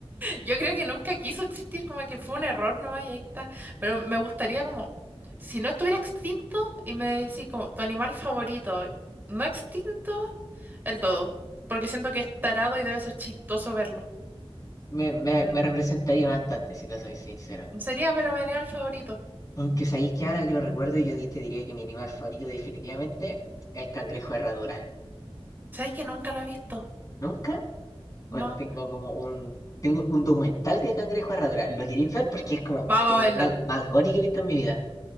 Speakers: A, on the right (about 20°); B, on the left (about 35°).
A: Yo creo que nunca quiso existir, como que fue un error nomás y ahí está. Pero me gustaría como, si no estuviera extinto y me decís como tu animal favorito, no extinto, el dodo. Porque siento que es tarado y debe ser chistoso verlo.
B: Me, me,
A: El-
B: me representaría bastante, si te soy sincero.
A: Sería, pero mi animal favorito.
B: Aunque sabéis que ahora que lo recuerdo, yo di- te diría que mi animal favorito definitivamente es el cangrejo de herradura.
A: ¿Sabéis que nunca lo he visto?
B: ¿Nunca? Bueno,
A: No.
B: tengo como un, tengo un documental de cangrejo de herradura. ¿Lo queréis ver? Porque es como
A: Vamos
B: el
A: a verlo.
B: animal más gótico que he visto en mi vida.